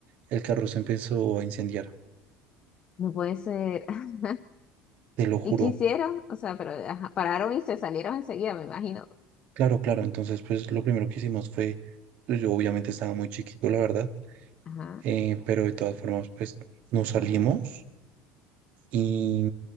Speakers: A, on the right; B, on the left.
A: el carro se empezó a incendiar,
B: No puede ser. <laughs>
A: te lo juro.
B: ¿Y qué hicieron? O sea, pero ajá, pararon y se salieron enseguida, me imagino.
A: Claro, claro, entonces, pues, lo primero que hicimos fue, pues, yo obviamente estaba muy chiquito, la verdad,
B: Ajá.
A: eh, pero de todas formas, pues, nos salimos y,